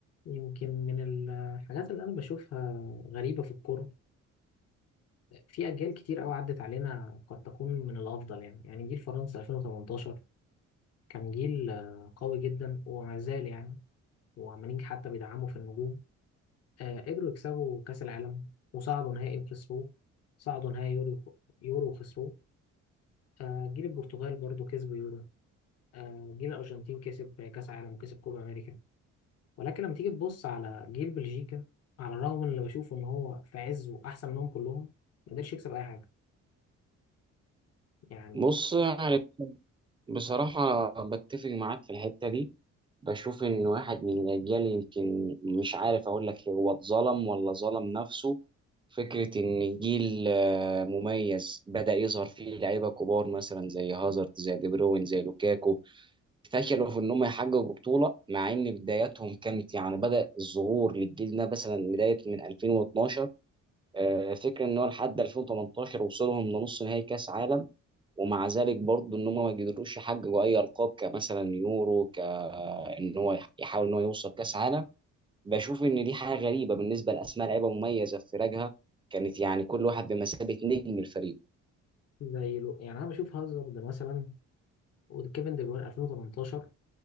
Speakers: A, on the left (about 55°); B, on the right (about 15°).
A: يمكن من الحاجات اللي أنا بشوفها غريبة في الكورة في أجيال كتير أوي عدت علينا قد تكون من الأفضل يعني يعني جيل فرنسا 2018 كان جيل آه، قوي جدا وما زال يعني وعمالين حتى بيدعموا في النجوم آه، قدروا يكسبوا كأس العالم وصعدوا نهائي وخسروه صعدوا نهائي يورو يورو وخسروه آه، جيل البرتغال برضو كسبوا يورو آه، جيل الأرجنتين كسب كأس عالم وكسب كوبا أمريكا ولكن لما تيجي تبص على جيل بلجيكا على الرغم من اللي بشوفه ان هو في عزه احسن منهم كلهم ما قدرش يكسب اي حاجه يعني
B: بص يعني بصراحة بتفق معاك في الحتة دي بشوف إن واحد من الأجيال يمكن مش عارف أقول لك هو اتظلم ولا ظلم نفسه فكرة إن جيل آه، مميز بدأ يظهر فيه لعيبة كبار مثلا زي هازارد زي دي بروين زي لوكاكو فشلوا في إن هم يحققوا بطولة مع إن بداياتهم كانت يعني بدأ الظهور للجيل ده مثلا بداية من 2012 آه، فكرة إن هو لحد 2018 وصلهم لنص نهائي كأس عالم ومع ذلك برضه ان هم ما قدروش يحققوا اي القاب كمثلا يورو كان هو يحاول ان هو يوصل كاس عالم بشوف ان دي حاجه غريبه بالنسبه لاسماء لعيبه مميزه في فرقها كانت يعني كل واحد بمثابه نجم الفريق
A: زي لو يعني انا بشوف هازارد مثلا وكيفن دي بروين 2018